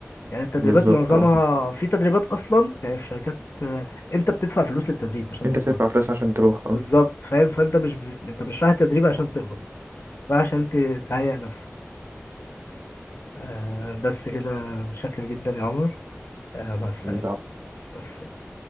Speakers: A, on the left (about 55°); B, on the right (about 55°).
A: يعني التدريبات
B: بالظبط
A: معظمها
B: اه
A: في تدريبات اصلا يعني في شركات آه، انت بتدفع فلوس للتدريب عشان
B: انت
A: تتدرب
B: بتدفع فلوس عشان تروح
A: بالظبط
B: اه
A: فاهم فانت مش ب... انت مش رايح التدريب عشان تقبض رايح عشان ت... تهيئ نفسك آه، بس كده متشكر جدا يا عمر آه، مع السلامة
B: مم.
A: مع السلامة